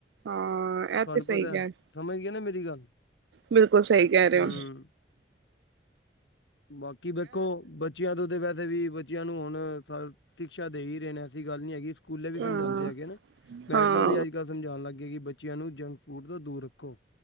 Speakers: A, on the right; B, on the left.
A: ਹਾਂ ਇਹ
B: ਤੁਹਾਨੂੰ
A: ਤੇ ਸਹੀ
B: ਪਤਾ,
A: ਕਹਿ
B: ਸਮਝ ਗਏ ਨਾ ਮੇਰੀ ਗੱਲ।
A: ਬਿਲਕੁਲ, ਸਹੀ ਕਹਿ ਰਹੇ
B: ਹੂੰ
A: ਓ।
B: ਬਾਕੀ ਵੇਖੋ ਬੱਚਿਆਂ ਦੇ ਵੈਸੇ ਵੀ ਬੱਚਿਆਂ ਨੂੰ ਹੁਣ ਸ ਸਿਕਸ਼ਾ ਦੇ ਹੀ ਰਹੇ ਨੇ, ਐਸੀ ਗੱਲ ਨੀ ਹੈਗੀ, ਸਕੂਲੇ ਵੀ ਸਮਝਾਉਂਦੇ
A: ਹਾਂ
B: ਹੈਗੇ ਨਾ, ਮੈਡਮਾਂ
A: ਹਾਂ
B: ਵੀ ਅੱਜ- ਕੱਲ ਸਮਝਾਣ ਲੱਗੇ ਗਏ ਕਿ। ਬੱਚਿਆਂ ਨੂੰ ਜੰਕ ਫੂਡ ਤੋਂ ਦੂਰ ਰੱਖੋ,